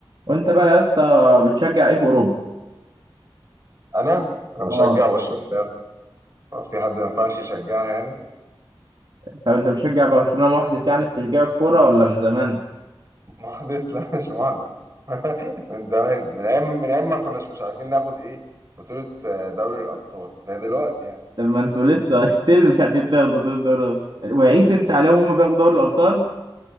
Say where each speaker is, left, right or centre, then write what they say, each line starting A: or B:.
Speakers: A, on the right; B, on the right.
A: وانت بقى يا اسطى بتشجع ايه في اوروبا
B: انا انا بشجع
A: اه
B: برشلونه يا اسطى هو في حد ما ينفعش يشجعها يعني
A: طب انت بتشجع برشلونة محدث يعني في تشجيع الكوره ولا من زمان
B: محدث لا مش محدث <laughs> من زمان من ايام من ايام ما كناش مش عارفين ناخد ايه بطوله آه، دوري الابطال زي دلوقتي يعني
A: طب ما انتوا لسه <laughs> ستيل مش عارفين تاخدوا دوري الابطال وعيت انت عليهم هم بياخدوا دوري الابطال